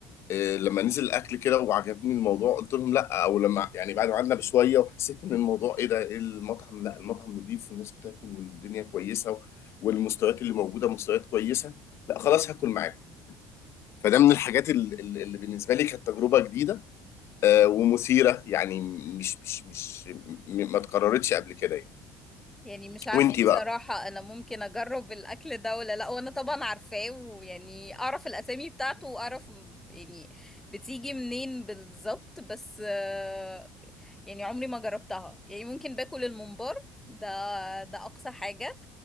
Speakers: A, on the left; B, in the centre.
A: إيه، لما نزل الاكل كده وعجبني الموضوع قلت لهم لا او لما يعني بعد ما قعدنا بشويه وحسيت ان الموضوع ايه ده إيه المطعم لا المطعم نضيف والناس بتاكل والدنيا كويسه والمستويات اللي موجوده مستويات كويسه لا خلاص هاكل معاكم فده من الحاجات ال- ال- اللي بالنسبه لي كانت تجربه جديده آه، ومثيره يعني مش مش مش م- ما اتكررتش قبل كده يعني
B: يعني مش عارفة
A: وانتي
B: بصراحة
A: بقى
B: أنا ممكن أجرب الأكل ده ولا لأ وأنا طبعا عارفاه ويعني أعرف الأسامي بتاعته وأعرف يعني بتيجي منين بالظبط بس آه، يعني عمري ما جربتها يعني ممكن باكل الممبار ده ده أقصى حاجة